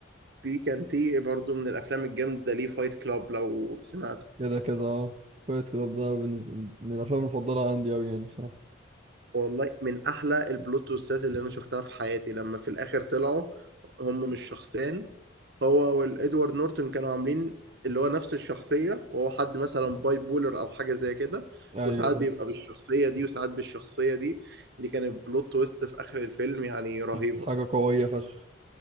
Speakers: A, on the right (about 55°); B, on the right (about 30°).
A: في كان في برضه من الافلام الجامده ليه فايت كلاب لو سمعته
B: كده كده اه فايت كلاب ده بالنسبة- من الافلام المفضله عندي اوي يعني بصراحه
A: والله من احلى البلوت تويستات اللي انا شفتها في حياتي لما في الاخر طلعوا هم مش شخصين هو والادوارد نورتون كانوا عاملين اللي هو نفس الشخصية وهو حد مثلا باي بولر او حاجة زي كده
B: ايوه
A: وساعات
B: صح
A: بيبقى بالشخصية دي وساعات بالشخصية دي دي كانت بلوت تويست في اخر الفيلم يعني رهيبة
B: كانت حاجه قويه فشخ